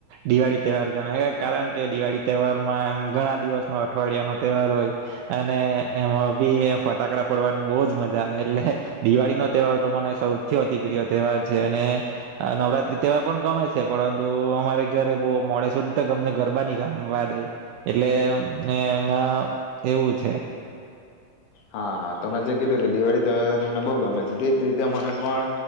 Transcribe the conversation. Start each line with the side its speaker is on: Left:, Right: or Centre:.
Right: દિવાળી તહેવાર ગમે કારણ કે દિવાળી તહેવારમાં એમ ઘણા દિવસ ન અઠવાડિયા નો તહેવાર હોય અને એમાં બી ફટાકડા ફોડવાની બહજ મજા આવે એટલે દિવાળી નો તહેવાર તો મને સૌથી અતિ પ્ર્રિય તહેવાર છે અને નવરાત્રી. તહેવાર પણ ગમે છે પરંતુ અમારે ઘરે બહ મોડે સુવર ત અમને ગરબા નહી રમવા દે એટલે એમાં એવું છે.
Left: હા હા તમે જે કીધું કે દિવાળી તહેવાર તમને બહુ ગમે છે તે જ રીતે મને પણ